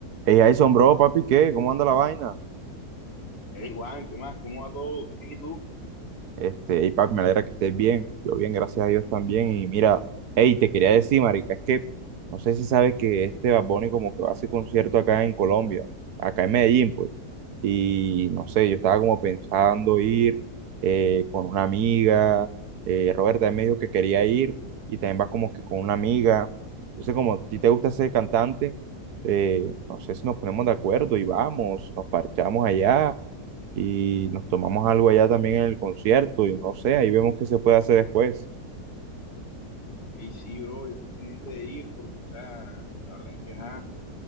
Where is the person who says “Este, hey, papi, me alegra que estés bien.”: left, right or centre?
Right